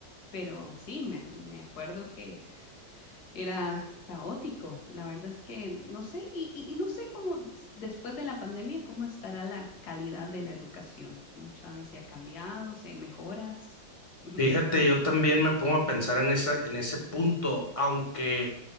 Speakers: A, on the left; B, on the left.
A: Pero sí, me, me acuerdo que era caótico. La verdad es que no sé, y, y- y no sé cómo s- después de la pandemia, cómo estará la calidad de la educación. No sabes si ha cambiado, si hay mejoras. <laughs>
B: Fíjate, yo también me pongo a pensar en esa, en ese punto, aunque